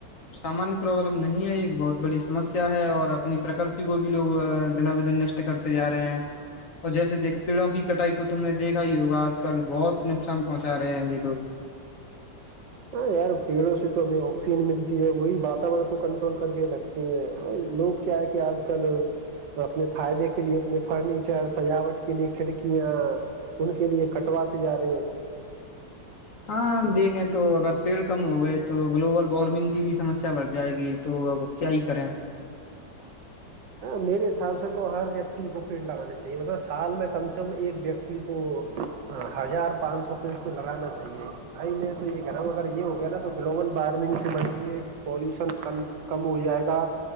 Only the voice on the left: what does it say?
سامانیہ پرابلم نہیں ہے یہ بہت بڑی سمسیا ہے اور اپنی پرکرتی کو بھی لوگ دنا بدن نشٹ کرتے ج رہے ہیں اور جیسے دیک پیڑوں کی کٹائی کو تم نے دیکھا ہی ہوگا آج کل بہت نقصان پہنچا رہے ہیں یہ لوگ
ہاں دیکھیں تو اگر پیڑ کم ہو گئے تو گلوبل وارمنگ کی بھی سمسیا بڑھ جائے گی تو اب کیا ہی کریں